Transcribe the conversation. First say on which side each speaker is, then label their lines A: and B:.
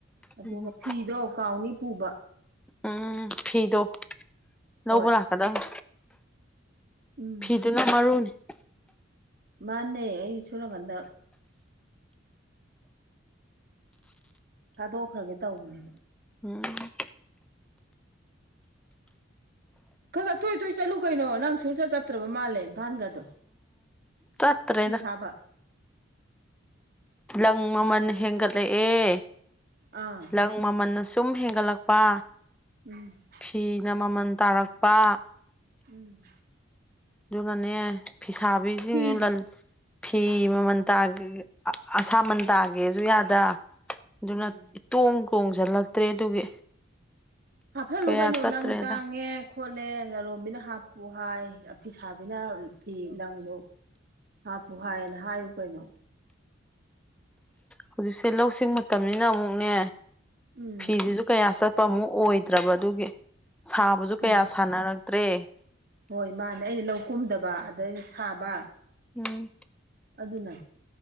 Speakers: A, on the right; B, in the centre.
A: ꯑꯗꯨꯒ
B: ꯎꯝ
A: ꯐꯤꯗꯣ ꯀꯥꯎꯅꯤ ꯄꯨꯕ
B: ꯎꯝ ꯐꯤꯗꯣ ꯂꯧꯕ
A: ꯍꯣꯏ
B: ꯂꯥꯛꯀꯗꯕ
A: ꯎꯝ
B: ꯁꯤꯗꯅ ꯃꯔꯨꯅꯤ
A: ꯃꯥꯅꯦ ꯑꯩꯁꯨꯂ ꯀꯗ ꯊꯥꯗꯣꯛꯈ꯭ꯔꯒꯦ ꯇꯧꯕꯅꯦꯕ
B: ꯎꯝ
A: ꯈꯔ ꯈꯔ ꯇꯣꯏ ꯇꯣꯏ ꯆꯠꯂꯨ ꯀꯩꯅꯣ ꯅꯪ ꯁꯨꯡꯆꯠ ꯆꯠꯇ꯭ꯔꯕ ꯃꯥꯜꯂꯦ ꯏꯝꯐꯥꯜꯒꯗꯣ
B: ꯇꯥꯇꯔꯦꯗ
A: ꯐꯤ ꯊꯥꯕ
B: ꯂꯪ ꯃꯃꯜ ꯍꯦꯟꯒꯠꯂꯛꯑꯦ
A: ꯑꯥ
B: ꯂꯪ ꯃꯃꯜꯟꯅ ꯁꯨꯝ ꯍꯦꯟꯒꯠꯂꯛꯄ
A: ꯎꯝ
B: ꯐꯤꯅ ꯃꯃꯜ ꯇꯥꯔꯛꯄ
A: ꯎꯝ
B: ꯑꯗꯨꯒꯅꯅꯦ ꯐꯤꯁꯥꯕꯤꯁꯤꯡ
A: ꯐꯤ
B: ꯐꯤ ꯃꯃꯜ ꯇꯥꯒꯦ ꯑꯁꯥꯃꯟ ꯇꯥꯒꯦꯁꯨ ꯌꯥꯗ ꯑꯗꯨꯅ
A: ꯎꯝ
B: ꯇꯣꯡ ꯇꯣꯡꯁꯤꯜꯂꯛꯇ꯭ꯔꯦ ꯑꯗꯨꯒꯤ
A: ꯍꯥꯞꯐꯠꯂꯨ
B: ꯀꯌꯥ
A: ꯀꯩꯅꯣ
B: ꯆꯠꯇ꯭ꯔꯦꯗ
A: ꯂꯪ ꯇꯥꯡꯉꯦ ꯈꯣꯠꯂꯦ ꯂꯥꯂꯣꯟꯣꯝꯕꯤꯅ ꯍꯥꯞꯄꯨ ꯍꯥꯏ ꯐꯤꯁꯥꯕꯤꯅ ꯐꯤ ꯂꯪꯗ ꯍꯥꯞꯄꯨ ꯍꯥꯏꯌꯦꯅ ꯍꯥꯏꯌꯨ ꯀꯩꯅꯣ
B: ꯍꯧꯖꯤꯛꯁꯦ ꯂꯧꯁꯤꯡ ꯃꯇꯝꯅꯤꯅ ꯑꯃꯨꯛꯅꯦ
A: ꯎꯝ
B: ꯐꯤꯁꯤꯁꯨ ꯀꯌꯥ ꯆꯠ ꯑꯄ ꯑꯃꯨꯛ ꯑꯣꯏꯗ꯭ꯔꯕ ꯑꯗꯨꯒꯤ ꯁꯥꯕꯁꯨ ꯀꯌꯥ
A: ꯎꯝ
B: ꯁꯥꯟꯅꯔꯛꯇ꯭ꯔꯦ
A: ꯍꯣꯏ ꯃꯥꯅꯦ ꯑꯩꯅ ꯂꯧ ꯀꯨꯝꯗꯕ ꯑꯗꯩ ꯁꯥꯕ
B: ꯎꯝ
A: ꯑꯗꯨꯅ